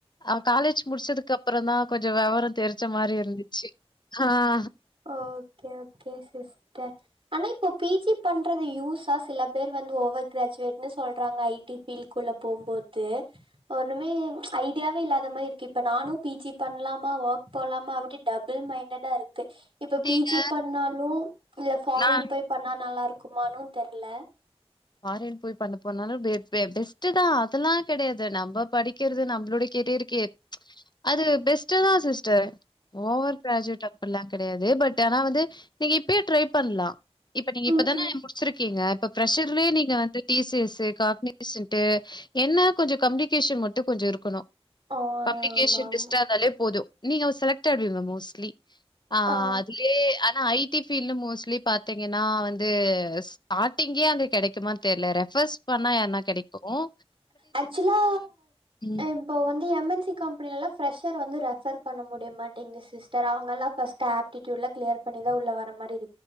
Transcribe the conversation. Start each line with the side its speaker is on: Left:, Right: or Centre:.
Left: ஆம் காலேஜ் முடிச்சதுக்கு அப்புறம் தான் கொஞ்சோ வெவர தெரிச்ச மாரி இருந்துச்சு ஆஹ்
Right: ஓக்கே ஓக்கே சிஸ்டர் ஆனா இப்போ பீஜி பண்றது யூஸா சில பேர் வந்து ஓவர் கிராஜுவேட்ன்னு சொல்றாங்க ஐடி ஃபீல்டடுக்குள்ள போம்போது ஒண்ணுமே ஐடியாவே இல்லாத மாரி இருக்கு இப்ப நானும் பீஜி பண்ணலாமா ஒர்க் போலாமா அப்டி டபுள் மைண்டடா இருக் ஹச்சு
Left: நீங்க
Right: பீ ஜி பண்ணாலும் இல்ல ஃபாரின்
Left: நான்
Right: போய் பண்ணாலும் நல்லா இருக்குமானு தெர்ல
Left: பாரின் போய் பண்ண போனாலும் பெஸ்ட் தான் அதெல்லாம் கிடையாது நம்ம படிக்கிறது நம்மளோட கெரியருக்கு அது பெஸ்ட் தான் சிஸ்டர் ஓவர் கஜட் அப்டிலாம் கிடையாது பட் ஆனா வந்து நீ இப்பே பண்லா இப்ப நீங்க இப்பதானே
Right: ம் ம்
Left: முடிச்சிருக்கீங்க இப்ப பிரஷர் ய நீங்க வந்து <inaudible> காக் னீசன்ட் என்ன கொஞ்சோ கம்னிகேஷன் மட்டும் கொஞ்சோ இருக்கணும்
Right: ஆ
Left: கம்யூனிகேஷன்
Right: ஆமா ஆமா
Left: பெஸ்டர்ந்தாலே போதும் நீங்க செலக்ட் ஆகிடுவிங்க மோஸ்ட்லி ஆஹ்
Right: ஆ
Left: அதுலே ஆனா அடி டிபில மோஸ்ட்லி பாத்தீங்கன்னா வந்து ஸ்டார்டிங்கே அந்த கெடைக்குமா தெர்ல ரெஃபர்ஸ் பண்ணா என்னா கெடைக்கும்
Right: ஆக்சுவலா
Left: ம்.
Right: இப்போ வந்து எம்எண்ட சி கம்பெனில்ல ரெஷர் வந்து ரெஃபர் பண்ண முடிய மாட்டேங்குது சிஸ்டர் அவங்கல்லாம் ஃபர்ஸ்ட் ஆபிடூடல கிளியர் பண்ணிதான் உள்ள வர மாதிரி